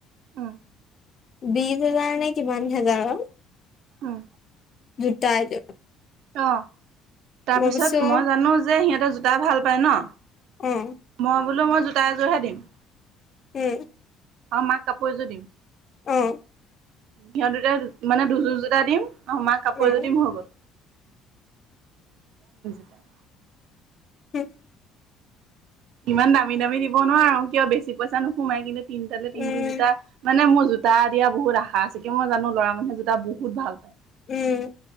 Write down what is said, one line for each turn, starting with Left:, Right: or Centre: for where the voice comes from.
Right: উম,
Left: বিশ হেজাৰ নে কিমান হেজাৰৰ,
Right: উম,
Left: জোতা এযোৰ।
Right: অ' তাৰপিছত
Left: মই কৈছো
Right: মই জানো যে সিহঁতেৰ জোতা ভাল পায় ন।
Left: অ
Right: মই বোলো মই জোতা এযোৰহে দিম।
Left: উম।
Right: আৰু মাক কাপোৰে এযোৰ দিম।
Left: অ
Right: সিহঁত দুটা মানে দুযোৰযোতা দিম আৰু মাক কাপোৰ
Left: উম
Right: এযোৰ হৈ গ'ল। <unintelligible>
Left: হম।
Right: ইমান দামী দামী দিব নোৱাৰো কিয় বেছি পইচা নোসোমাই কিন্তু তিনিতালে তিন
Left: উম
Right: যুটা জোতা মানে মোৰ জোতা দিয়া বহুত আশা আছে কি মই জানো লৰা মানুহে জোতা বহুত ভাল পায়।
Left: উম।